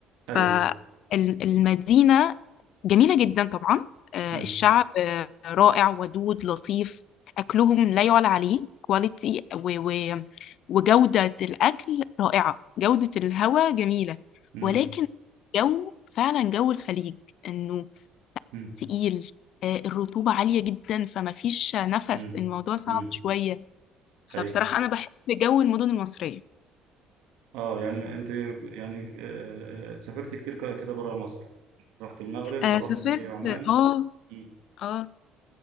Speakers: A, on the right; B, on the left.
A: أيوه
B: فالمدينة جميلة جدا طبعا آه،
A: مم.
B: الشعب آه، رائع ودود لطيف أكلهم لا يعلى عليه كواليتي و... و... وجودة الأكل رائعة جودة الهواء جميلة
A: امم
B: ولكن جو فعلا جو الخليج إنه
A: امم
B: تقيل آه، الرطوبة عالية جدا فما فيش نفس
A: امم
B: الموضوع صعب
A: امم
B: شوية فبصراحة
A: اي
B: أنا بحب جو المدن المصرية
A: اه يعني انت يعني آه، آه، سافرت كتير ك- كده بره مصر رحت المغرب
B: آه،
A: ورحت
B: سافرت
A: عمان
B: اه
A: مم.
B: اه